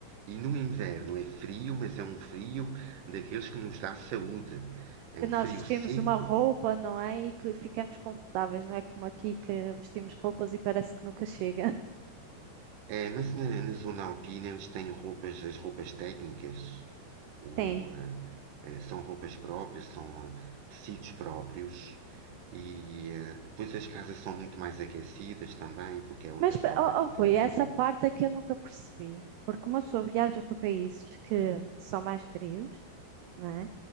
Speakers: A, on the right; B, on the right.
A: E no inverno é frio, mas é um frio daqueles que nos dá saúde. É
B: E
A: um
B: Nós
A: frio
B: vestimos
A: seco,
B: uma roupa, não é? E que ficamos confortáveis, não é como aqui que vestimos roupas e parece que nunca chega.
A: É, mas na, na zona alpina eles têm roupas, as roupas técnicas, o,
B: <laughs> Sim.
A: eh, eh, são roupas próprias, são eh, tecidos próprios e eh, depois as casas são muito mais aquecidas também, porque é outra
B: Mas,
A: forma
B: oh,
A: de
B: oh,
A: encarar.
B: Rui, essa parte é que eu nunca percebi. Porque uma pessoa viaja para países que são mais frios, não é?